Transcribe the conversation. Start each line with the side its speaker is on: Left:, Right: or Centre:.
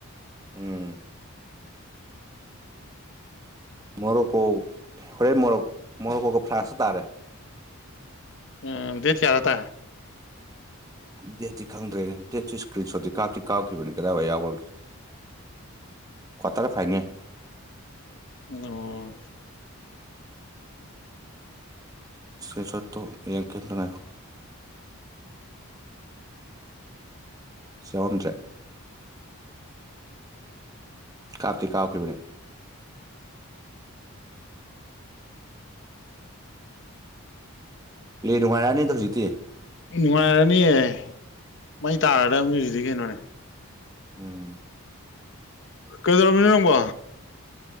Right: ꯎꯝ ꯃꯣꯔꯣꯛꯀꯣꯛ ꯍꯣꯔꯦꯟ ꯃꯣꯔꯣꯛ ꯃꯣꯔꯣꯛꯀꯣꯛꯀ ꯐ꯭ꯔꯥꯁꯨ ꯇꯥꯔꯦ
Left: ꯎꯝ ꯗꯠ ꯀꯌꯥꯗꯇꯥ
Right: ꯗꯦꯠꯇꯤ ꯈꯪꯗ꯭ꯔꯦꯅꯦ ꯗꯦꯠꯁꯨ ꯏꯁꯀ꯭ꯔꯤꯟ ꯁꯣꯠꯇꯤ ꯀꯥꯞꯇꯤ ꯀꯥꯎꯈꯤꯕꯅꯤ ꯀꯗꯥꯏꯋꯥꯏ ꯌꯥꯎꯈ꯭ꯔꯒꯦ ꯀ꯭ꯋꯥꯇꯥꯔ ꯐꯥꯏꯅꯦ
Left: ꯑꯣꯝ
Right: ꯏꯁꯀ꯭ꯔꯔꯤꯠ ꯁꯣꯠꯇꯣ ꯌꯦꯡ ꯀꯦꯟ ꯇ ꯉꯥꯏꯔꯣ ꯁꯦ ꯍꯟꯗ꯭ꯔꯦꯠ ꯀꯔꯇꯤ ꯀꯥꯥꯎꯀꯤ ꯔꯦ ꯄ꯭ꯂꯦ ꯅꯨꯡꯉꯥꯏꯔꯛꯑꯅꯤꯗ ꯍꯧꯖꯤꯛꯇꯤ
Left: ꯅꯨꯡꯉꯥꯏꯔꯅꯤꯌꯦ ꯃꯩ ꯇꯥꯔꯗꯕꯅꯤ ꯍꯧ ꯑꯗꯨꯗꯤ ꯀꯩꯅꯣꯅꯦ
Right: ꯎꯝ
Left: ꯀꯗꯔꯃꯤꯅ ꯅꯪꯕꯣ